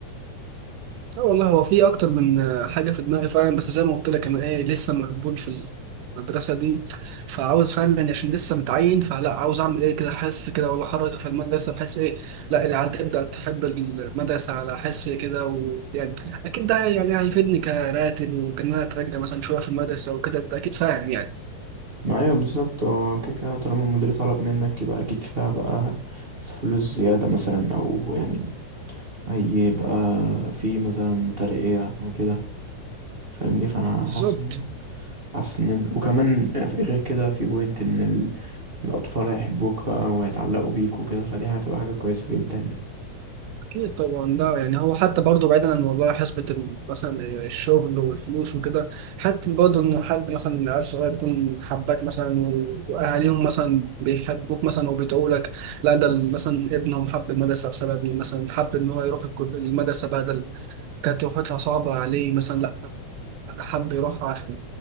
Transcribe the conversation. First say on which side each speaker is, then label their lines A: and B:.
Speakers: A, on the right; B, on the right.
A: لا والله هو في اكتر من آه، حاجه في دماغي فعلا بس زي ما قلت لك انا ايه لسه مقبول في المدرسه دي فعاوز فعلا يعني عشان لسه متعين فلا عاوز اعمل ايه كده احس كده ولا حركه في المدرسه بحيث ايه لا العيال تبدا تحب المدرسه على حس كده ويعني اكيد ده يعني هيفيدني كراتب وكان انا اترجى مثلا شويه في المدرسه وكده انت اكيد فاهم يعني
B: ما أيوة بالظبط هو كده كده طالما المدير طلب منك يبقى أكيد فيها بقى فلوس زيادة مثلا أو يعني هيبقى في مثلا ترقية وكده فاهمني فأنا
A: بالظبط
B: حاسس إن حاسس إن وكمان غير كده في بوينت إن ال... الأطفال هيحبوك بقى وهيتعلقوا بيك وكده فدي هتبقى حاجة كويسة جدا يعني
A: أكيد طبعا لا يعني هو حتى برضه بعيدا عن موضوع حسبة ال- مثلا الشغل والفلوس وكده حتى برضه إن حد مثلا عيل صغير يكون حباك مثلا و- وأهاليهم مثلا بيحبوك مثلا وبيدعوا لك لا ده ال- مثلا ابنهم حب المدرسة بسببي مثلا حب إن هو يروح الكل- المدرسة بدل كانت روحتها صعبة عليه مثلا لا حب يروح عشان